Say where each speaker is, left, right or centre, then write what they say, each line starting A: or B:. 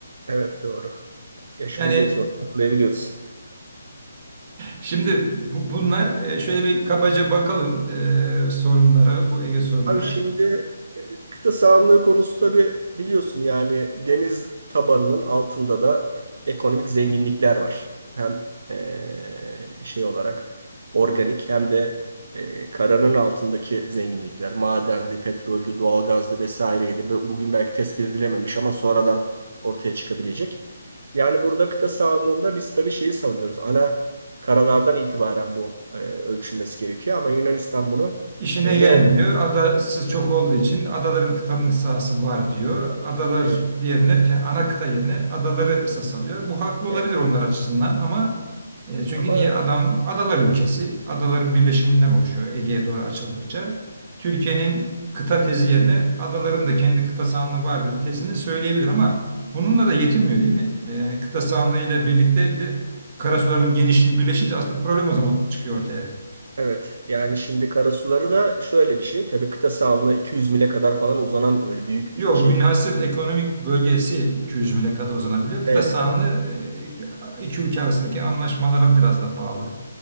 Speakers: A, on the right (about 65°); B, on the right (about 35°).
A: evet doğru. Yaşımız
B: Yani
A: yetiyor, hatırlayabiliyoruz.
B: şimdi bu, bunlar e, şöyle bir kabaca bakalım e, sorunlara bu Ege sorununa.
A: Abi şimdi e, kıta sahanlığı konusu tabii biliyorsun yani deniz tabanının altında da ekonomik zenginlikler var. Hem e, şey olarak organik hem de e, karanın altındaki zenginlikler. Madendi, petroldü, doğalgazdı vesaireydi. Bu- Bugün belki tespit edilememiş ama sonradan ortaya çıkabilecek. Yani burada kıta sahanlığında biz tabii şeyi savunuyoruz. Ana karalardan itibaren bu e, ölçülmesi gerekiyor ama Yunanistan bunu
B: İşine
A: e,
B: gelmiyor.
A: ne
B: Adası çok olduğu için adaların tanınık sahası var diyor. Adalar
A: Evet,
B: diğerine, şey, ana kıta yerine adaları esas alıyor. Bu haklı olabilir
A: evet.
B: onlar açısından ama e, çünkü
A: Ama
B: niye? Adam adalar ülkesi. Adaların birleşiminden oluşuyor Ege'ye doğru açıldıkça. Türkiye'nin kıta tezi yerine adaların da kendi kıta sahanlığı vardır tezini söyleyebilir ama bununla da yetinmiyor değil mi? E, kıta sahanlığı ile birlikte bir de karasuların genişliği birleşince asıl problem o zaman çıkıyor ortaya.
A: evet yani şimdi karasuları da şöyle bir şey. Tabii kıta sahanlığı 200 mile kadar falan uzanan böyle büyük
B: Yok,
A: bir şeyi.
B: münhasır
A: kap-
B: ekonomik bölgesi 200 mile kadar uzanabiliyor. Kıta
A: Evet,
B: sahanlığı
A: evet.
B: e, iki ülke arasındaki anlaşmalara biraz da bağlı.